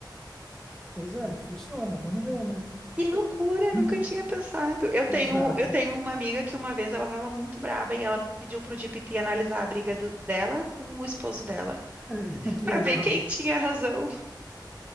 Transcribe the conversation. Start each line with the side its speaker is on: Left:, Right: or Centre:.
Centre: Pois é, funciona, vamos ver, né?
Right: Que loucura, eu
Centre: Hum.
Right: nunca tinha pensado. Eu tenho,
Centre: Exato.
Right: eu tenho uma amiga que uma vez ela estava muito braba e ela pediu pro GPT analisar a briga do- dela com o esposo dela,
Centre: <laughs> Que
Right: para
Centre: legal.
Right: ver quem tinha razão.